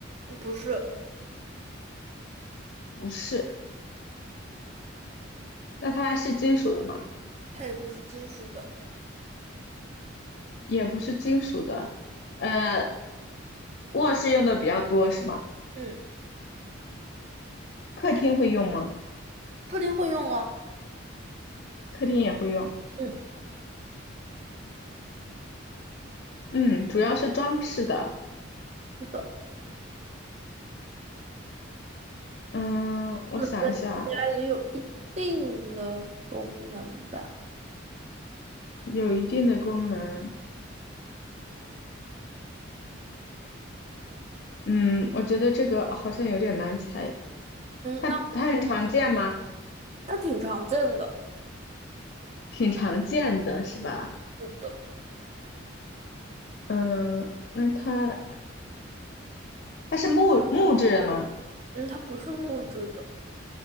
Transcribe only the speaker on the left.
不是。那它是金属的吗？
也不是金属的。呃，卧室用的比较多是吗？
客厅会用吗？
客厅也会用。
嗯，主要是装饰的。
嗯，我想一下，
有一定的功能。嗯，我觉得这个好像有点难猜。它它很常见吗？
挺常见的是吧？
嗯，那它它是木木质的吗？